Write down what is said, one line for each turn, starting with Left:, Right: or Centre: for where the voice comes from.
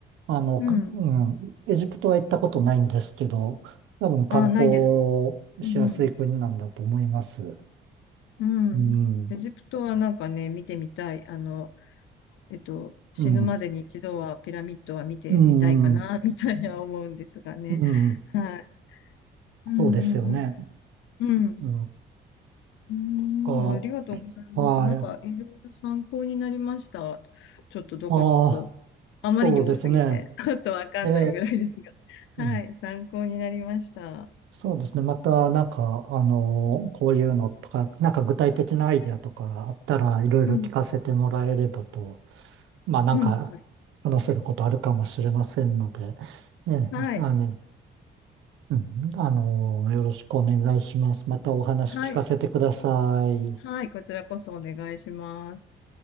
Right: あの、
Left: うん。
Right: かうん、エジプトは行ったことないんですけど、多分観光しやすい国なんだと思います。
Left: あ、ないですか。うんうんうん。
Right: うん、
Left: エジプトはなんかね、見てみたい。あの、えっと、死ぬまでに一度はピラミッドは見てみたいかな、
Right: うん、うん、
Left: <laughs> みたいな思うんですがね。
Right: うん、
Left: はい。うんうん
Right: そうですよね。
Left: うん。うん。
Right: うん、
Left: うん。
Right: か、
Left: ありがとうございます。
Right: はい。
Left: なんか、いろいろ参考になりました。ちょっとどこに行こうか。
Right: ああ、
Left: あまりに多すぎて、
Right: そうですね。
Left: ちょっとわかんないぐらいです
Right: ええ
Left: が。
Right: うん。
Left: はい。参考になりました。
Right: そうですね。また、なんか、あの、こういうのとか、なんか具体的なアイデアとかあったらいろいろ聞かせてもらえればと、
Left: うん。
Right: まあなんか話せることあるかもしれませんので、
Left: うん。
Right: ええ、
Left: はい。
Right: あの、うん、あの、よろしくお願いします。またお話聞かせてください。
Left: はい。はい。こちらこそお願いします。